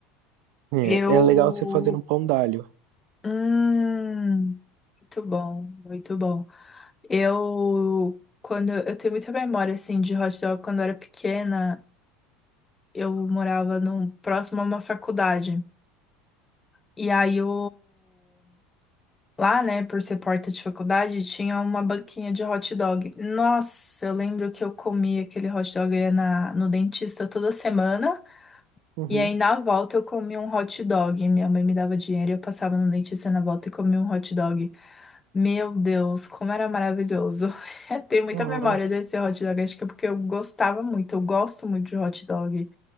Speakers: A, on the right; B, on the left.
A: É,
B: Eu.
A: é legal você fazer um pão d'alho.
B: Hum, muito bom, muito bom. Eu. Quando eu tenho muita memória assim de hot dog quando eu era pequena, eu morava num, próximo a uma faculdade. E aí eu lá, né, por ser porta de faculdade, tinha uma banquinha de hot dog. Nossa, eu lembro que eu comia aquele hot dog eu ia na, no dentista toda semana.
A: Uhum.
B: E aí na volta eu comi um hot dog. Minha mãe me dava dinheiro e eu passava no dentista na volta e comia um hot dog. Meu Deus, como era maravilhoso. <laughs> Eu tenho muita
A: Nossa.
B: memória desse hot dog, acho que é porque eu gostava muito, eu gosto muito de hot dog.